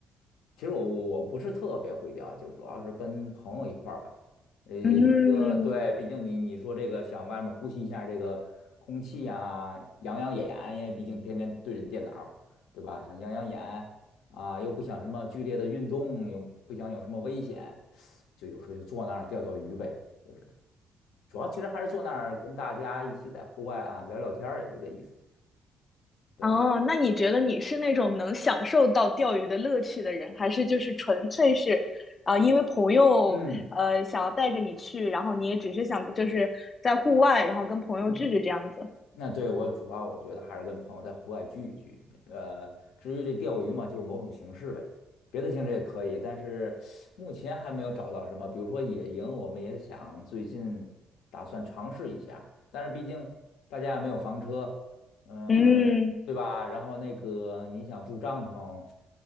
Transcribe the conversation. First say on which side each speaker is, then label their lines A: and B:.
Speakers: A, on the left; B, on the left.
A: 其实我我不是特别会钓，就主要是跟朋友一块儿吧。呃，
B: 嗯
A: 毕竟对，毕竟你你说这个想外面呼吸一下这个空气呀、养养眼，因为毕竟天天对着电脑，对吧？想养养眼啊，又不想什么剧烈的运动，又不想有什么危险，就有时候就坐那儿钓钓鱼呗。就是主要其实还是坐那儿跟大家一起在户外啊聊聊天儿也就这意思。对，
B: 哦，那你觉得你是那种能享受到钓鱼的乐趣的人，还是就是纯粹是，啊、因为朋友呃想要带着你去，
A: 嗯
B: 然后你也只是想就是在户外，然后跟朋友聚聚这样子？
A: 嗯嗯那对我主要我觉得还是跟朋友在户外聚一聚，呃，至于这钓鱼嘛，就是某种形式呗，别的形式也可以，但是目前还没有找到什么，比如说野营，我们也想最近打算尝试一下，但是毕竟大家也没有房车，嗯、
B: 嗯，
A: 对吧？然后那个你想住帐篷，